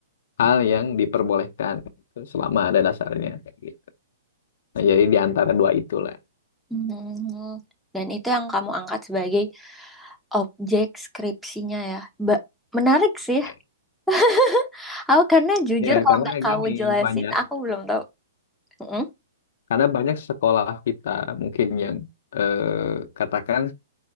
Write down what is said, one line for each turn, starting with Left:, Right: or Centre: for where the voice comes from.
Left: hal yang diperbolehkan gitu, selama ada dasarnya. kayak gitu. Nah, jadi di antara dua itulah.
Centre: Mhm. Dan itu yang kamu angkat sebagai objek skripsinya ya. Ba- menarik sih.
Left: Ya.
Centre: <laughs> Aku karena jujur
Left: Ya,
Centre: kalau
Left: karena
Centre: nggak kamu
Left: gini
Centre: jelasin,
Left: banyak,
Centre: aku belum tahu. Mhm.
Left: karena banyak sekolah kita mungkin yang eh, katakan